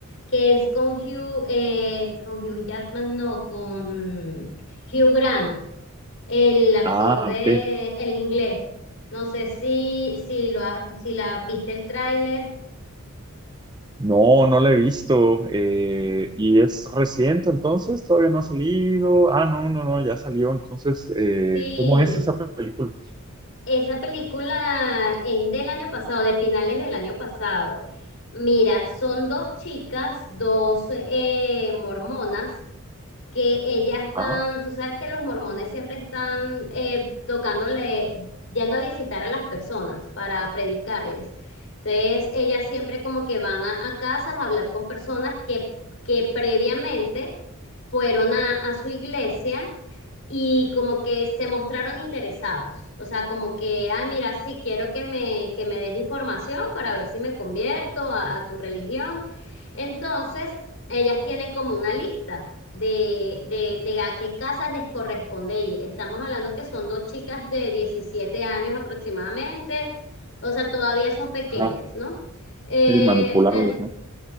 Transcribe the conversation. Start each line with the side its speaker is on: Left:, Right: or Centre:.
Left: que es con Hugh, eh, con Hugh Jackman, no, con Hugh Grant, el actor
Right: Ah,
Left: de
Right: ok.
Left: El Inglés. No sé si, si, lo ha- si la viste el tráiler.
Right: No, no la he visto. Eh, ¿y es reciente entonces? ¿Todavía no ha salido? Ah, no, no, no, ya salió. Entonces, eh,
Left: Sí,
Right: ¿cómo es esa película?
Left: Esa película es del año pasado, de finales del año pasado. Mira, son dos chicas, dos eh, mormonas, que ellas van,
Right: Ah,
Left: tú sabes que los mormones siempre están eh, tocándole, yendo a visitar a las personas para predicarles. Entonces, ellas siempre como que van a, a casas a hablar con personas que, que previamente fueron a, a su iglesia y como que se mostraron interesados, o sea, como que, ah, mira, sí, quiero que me, que me des información para ver si me convierto a, a tu religión. Entonces, ellas tienen como una lista de, de, de a qué casas les corresponde ir. Estamos hablando que son dos chicas de 17 años aproximadamente, o sea, todavía son pequeñas,
Right: ajá,
Left: ¿no? Eh,
Right: sí, manipulables,
Left: eh,
Right: ¿no?